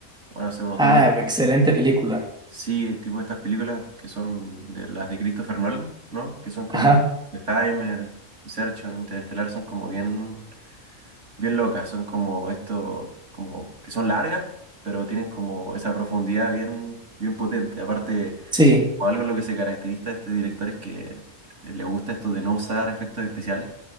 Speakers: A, on the right (about 65°); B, in the centre.
A: bueno, hace unos
B: Ah,
A: dos meses.
B: excelente película.
A: Sí, tipo estas películas que son de, las de Christopher Nolan, ¿no? Que son como
B: Ajá,
A: Oppenheimer, Inception, Interestelar, son como bien bien locas, son como esto, como que son largas, pero tienen como esa profundidad bien, bien potente. Aparte,
B: sí.
A: o algo en lo que se caracteriza a este director es que le gusta esto de no usar efectos especiales.